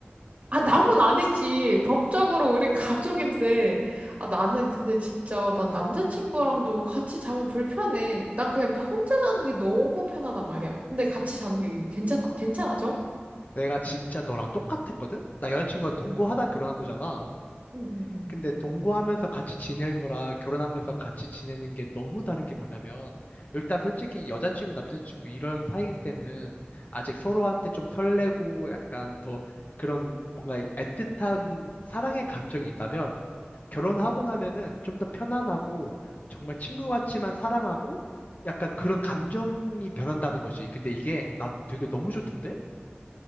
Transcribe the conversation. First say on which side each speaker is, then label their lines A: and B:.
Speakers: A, on the right (about 40°); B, on the left (about 40°).
A: 아, 남은 아니지. 법적으로 우린 가족인데. 아, 나는 근데 진짜, 난 남자친구랑도 같이 자면 불편해. 난 그냥 혼자 자는 게 너무 편하단 말이야. 근데 같이 자는 게 괜찮아, 괜찮아져?
B: 내가 진짜 너랑 똑같았거든? 나 여자친구가 동거하다
A: 응
B: 결혼한 거잖아.
A: 응응 음.
B: 근데 동거하면서 같이 지내는 거랑 결혼하면서 같이 지내는 게 너무 다른 게 뭐냐면, 일단 솔직히 여자친구, 남자친구 이런 사이일 때는 아직 서로한테 좀 설레고 약간 더 그런 뭔가 애틋한 사랑의 감정이 있다면, 결혼하고 나면은 좀 더 편안하고 정말 친구 같지만 사랑하고 약간 그런 감정이 변한다는 거지. 근데 이게 나 되게 너무 좋던데?